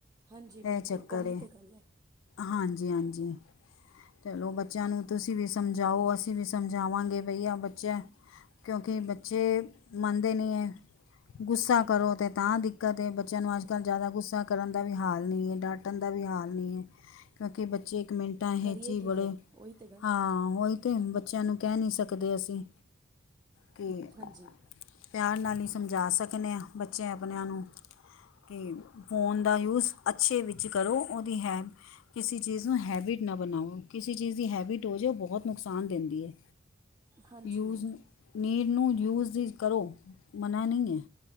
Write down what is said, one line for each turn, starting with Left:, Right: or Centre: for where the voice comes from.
Right: ਹਾਂਜੀ, ਬਿਲਕੁਲ
Left: ਇਹ ਚੱਕਰ
Right: ਉਹੀ ਤਾਂ ਗੱਲ ਹੈ
Left: ਹਾਂਜੀ -ਹਾਂਜੀ। ਚਲੋ ਬੱਚਿਆਂ ਨੂੰ ਤੁਸੀਂ ਵੀ ਸਮਝਾਓ, ਅਸੀਂ ਵੀ ਸਮਝਾਵਾਂਗੇ ਬਈਆ ਬੱਚਾ ਕਿਉਂਕਿ ਬੱਚੇ ਮੰਨਦੇ ਨਹੀਂ ਹੈ। ਗੁੱਸਾ ਕਰੋ ਅਤੇ ਤਾਂ ਦਿੱਕਤ ਹੈ, ਬੱਚਿਆਂ ਨੂੰ ਅੱਜ -ਕੱਲ੍ਹ ਜ਼ਿਆਦਾ ਗੁੱਸਾ ਕਰਨ ਦਾ ਵੀ ਹਾਲ ਨਹੀਂ ਹੈ ਡਾਟਨ ਡਟਣ ਦਾ ਵੀ ਹਾਲ ਨਹੀਂ ਹੈ, ਕਿਉਂਕਿ ਬੱਚੇ ਇੱਕ ਮਿੰਟਾਂ ਹੇਚ
Right: ਕਰੀਏ
Left: ਹੀ
Right: ਕੀ
Left: ਬੜੇ
Right: ਫਿਰ ਉਹੀ ਤਾਂ ਗੱਲ
Left: ਹਾਂ ਉਹੀ ਅਤੇ ਬੱਚਿਆਂ ਨੂੰ ਕਹਿ ਨਹੀਂ ਸਕਦੇ ਅਸੀਂ ਕਿ
Right: ਹੂੰ ਹਾਂਜੀ
Left: ਪਿਆਰ ਨਾਲ ਹੀ ਸਮਝਾ ਸਕਨੇ ਆਂ ਬੱਚੇ ਆਪਣਿਆਂ ਨੂੰ ਕਿ ਫੋਨ ਦਾ ਯੂਜ਼ ਅੱਛੇ ਵਿੱਚ ਕਰੋ, ਉਹਦੀ ਹੈ ਕਿਸੀ ਚੀਜ਼ ਨੂੰ ਹੈਬਿਟ ਨਾ ਬਣਾਓ ਕਿਸੀ ਚੀਜ਼ ਦੀ ਹੈਬਿਟ ਹੋ ਜਾਯੇ ਉਹ ਬਹੁਤ ਨੁਕਸਾਨ ਦਿੰਦੀ ਹੈ
Right: ਹਾਂਜੀ
Left: ਯੂਜ਼ ਨੀਰ ਨੂੰ ਯੂਜ਼ ਕਰੋ ਮਨਾ ਨਹੀਂ ਹੈ